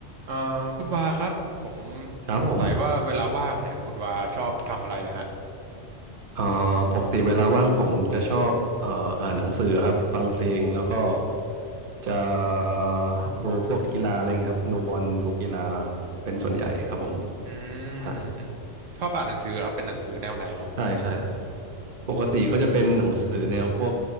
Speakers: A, on the right; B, on the right.
A: เอ่อคุณวาครับผม
B: ครับผม
A: สงสัยว่าเวลาว่างเนี่ยคุณวาชอบทำอะไรเลยฮะ
B: เอ่อปกติเวลาว่างผมจะชอบเอ่ออ่านหนังสือครับฟังเพลงแล้วก็จะเอ่อดูพวกกีฬาอะไรอย่างเงี้ยครับดูบอลดูกีฬาเป็นส่วนใหญ่ครับผม
A: อืมอืมอืม
B: ใช่
A: ชอบอ่านหนังสือเหรอครับเป็นหนังสือแนวไหนเหรอ
B: ใช่ใช่ปกติก็จะเป็นหนังสือแนวพวก